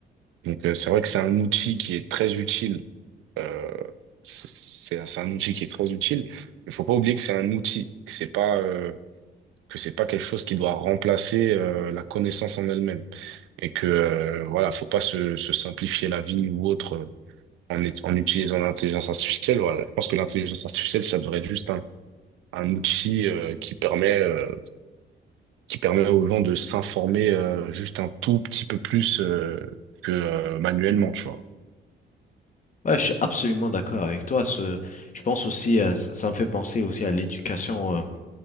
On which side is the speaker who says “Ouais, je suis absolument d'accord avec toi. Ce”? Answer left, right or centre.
Left